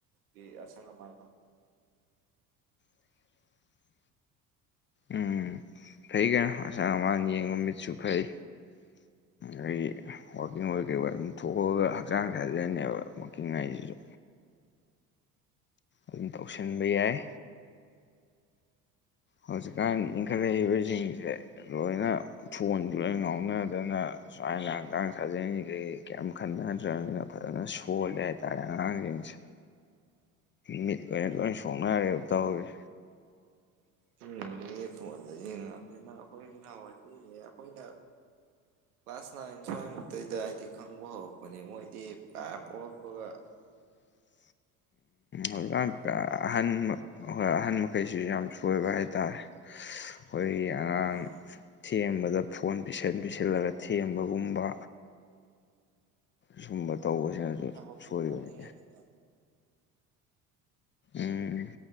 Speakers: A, on the right; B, on the left.
A: ꯀ ꯑꯁ ꯃ
B: <unintelligible> ꯎꯝ ꯐꯩ ꯀꯩꯅꯣ ꯑꯁꯥ ꯑꯃꯅ ꯌꯦꯡꯉ ꯃꯤꯠꯁꯨ ꯐꯩ ꯑꯩꯒꯤꯀꯤꯡ ꯑꯩꯈꯣꯏ ꯀꯩ ꯑꯗꯨꯝ ꯊꯣꯛꯑꯒ ꯍꯛꯆꯥꯡ ꯁꯥꯗꯅꯦꯕ ꯋꯀꯤꯡ ꯉꯥꯏꯁꯤꯁꯨ ꯑꯗꯨꯝ ꯇꯧꯁꯤꯟꯕ ꯌꯥꯏ ꯍꯧꯖꯤꯛꯀꯥꯟ ꯏꯟꯈꯠꯂꯛꯏꯕꯁꯤꯡꯁꯦ ꯂꯣꯏꯅ ꯐꯣꯟꯁꯨ ꯂꯣꯏ ꯉꯥꯎꯅꯗꯅ ꯁꯨꯃꯥꯏꯅ ꯍꯛꯆꯥꯡ ꯁꯥꯖꯦꯟꯁꯤꯒꯩ ꯀꯌꯥꯝ ꯈꯟꯅꯗ꯭ꯔꯕꯅꯤꯅ ꯐꯖꯅ ꯁꯣꯜꯂꯦ ꯍꯥꯏꯇꯥꯔꯦ ꯑꯉꯥꯡꯁꯤꯡꯁꯦ ꯃꯤꯠ ꯑꯣꯏꯅ ꯂꯣꯏ ꯁꯣꯛꯅꯔꯦꯕ ꯇꯧꯔꯤ
A: ꯎ ꯑꯗꯨꯗꯒꯤ ꯐꯣꯟꯗ ꯌꯦꯡꯉꯛꯑꯕꯅꯤꯅ ꯑꯩꯈꯣꯏ ꯏꯅꯥꯍꯥꯟꯋꯥꯏꯗꯤ ꯑꯩꯈꯣꯏꯅ ꯀ꯭ꯂꯥꯁ ꯅꯥꯏꯟ ꯁ꯭ꯋꯥꯏꯃꯨꯛꯇꯩꯗ ꯍꯥꯏꯗꯤ ꯈꯪꯕ ꯍꯧꯔꯛꯄꯅꯦ ꯃꯣꯏꯗꯤ ꯀ ꯄꯣꯛꯂꯛꯄꯒ
B: <unintelligible> ꯎꯝꯀ
A: ꯌꯥꯝꯅ
B: ꯑꯍꯟ ꯑꯩꯣꯏ ꯑꯍꯟ ꯃꯈꯩꯁꯤ ꯌꯥꯝ ꯁꯣꯏꯕ ꯍꯥꯏꯇꯥꯔꯦ ꯑꯩꯈꯣꯏꯒꯤ ꯑꯉꯥꯡ
A: ꯎꯝ
B: ꯊꯦꯝꯕꯗ ꯐꯣꯟ ꯄꯁꯤꯟ ꯄꯁꯤꯟꯂꯒ ꯊꯦꯝꯕꯒꯨꯝꯕ ꯁꯨꯝꯕ ꯇꯧꯕꯁꯤꯅꯁꯨ
A: ꯊꯕꯛ
B: ꯁꯣꯏꯕꯅꯤ
A: ꯀꯣꯝꯅꯤꯡꯉꯤꯅꯤꯅ
B: ꯎꯝ